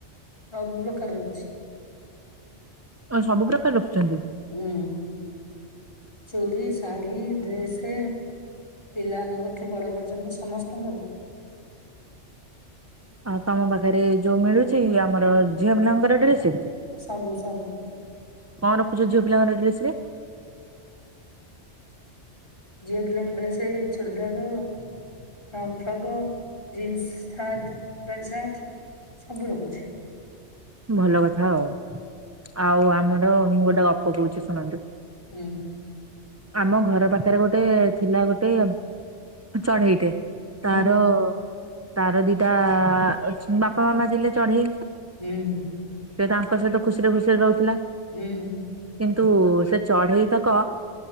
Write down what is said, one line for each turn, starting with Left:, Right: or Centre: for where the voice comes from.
Left: ସବୁ ପ୍ରକାର ରହୁଛି
Right: ଅ ସବୁ ପ୍ରକାର ରଖୁଛନ୍ତି
Left: ହୁଁ ଚୁଡ଼ି, ସାଢି, ଡ୍ରେସେ ପିଲାମାନଙ୍କଠୁ ବଡ ପର୍ଯ୍ୟନ୍ତ ସମସ୍ତଙ୍କର
Right: ଆଉ ତମ ପାଖରେ ଯୋଉ ମିଳୁଛି ଆମର ଝିଅ ପିଲାଙ୍କର ଡ୍ରେସେ?
Left: ସବୁ ସବୁ।
Right: କଣ ରଖୁଛ ଝିଅ ପିଲାଙ୍କ ଡ୍ରେସ୍ ରେ?
Left: ଝିଅ ପିଲାଙ୍କ ଡ୍ରେସେ churidar. Long frock, jeans shirt, pant shirt ସବୁ ରହୁଛି।
Right: ଭଲ କଥା ଆଉ ଆଉ ଆମର ମୁଁ ଗୋଟେ ଗପ କହୁଛି ଶୁଣନ୍ତୁ।
Left: ହୁଁ।
Right: ଆମ ଘର ପାଖରେ ଗୋଟେ ଥିଲା ଗୋଟେ ଚଢେଇଟେ ତାର
Left: ହୁଁ
Right: ତାର ଦିଟା ଅ ବାପା ମାମା ଥିଲେ ଚଢେଇ
Left: ହୁଁ।
Right: ସେ ତାଙ୍କ ସହିତ ଖୁସିରେ ଖୁସିରେ ରହୁଥିଲା।
Left: ହୁଁ।
Right: କିନ୍ତୁ ସେ ଚଢେଇ ତକ